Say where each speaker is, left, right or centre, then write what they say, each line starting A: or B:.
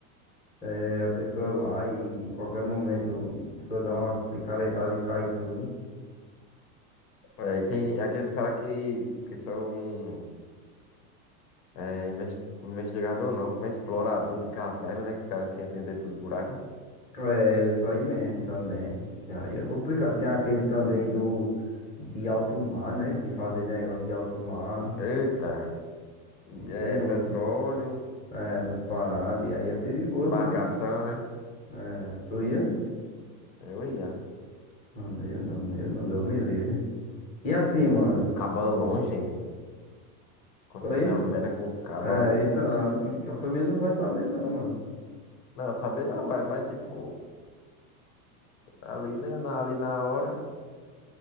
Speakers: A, on the left; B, on the left.
A: É a pessoa lá e qualquer momento a pessoa dá uma picaretada e cai tudo.
B: É, e tem aqueles caras que, que são é, investi- como investigador não, como é explorador de caverna, né? Que os caras se entendem dentro dos buracos.
A: É, isso aí mesmo também. E aí é complicado. Tem aquele também do de alto mar, né? De fazer negócio de alto mar.
B: Eita,
A: Não
B: é
A: tem
B: petróleo,
A: uns assim. É, essas paradas, e aí é perigoso,
B: embarcação,
A: né?
B: né?
A: É, tu ia?
B: Eu ia.
A: Não, não ia não, não ia não, Deus me livre. E assim,
B: Eu
A: mano?
B: ia. O caba longe, hein? Aconteceu
A: Oi?
B: uma merda com o caba.
A: É, então, a família não vai saber não, mano.
B: Não, saber não vai, mas tipo, ali, né? Na, ali na hora,